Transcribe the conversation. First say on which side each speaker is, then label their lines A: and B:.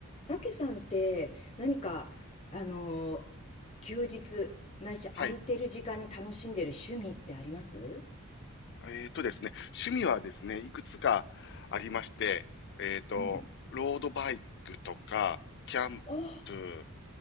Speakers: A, on the left; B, on the left.
A: たけさんって何か、あのー休日、ないし空いてる時間に楽しんでる趣味ってあります
B: はい。えっとですね、趣味はですね、いくつかありまして、えっと、
A: うん。
B: ロードバイクとか、キャンプ、
A: おー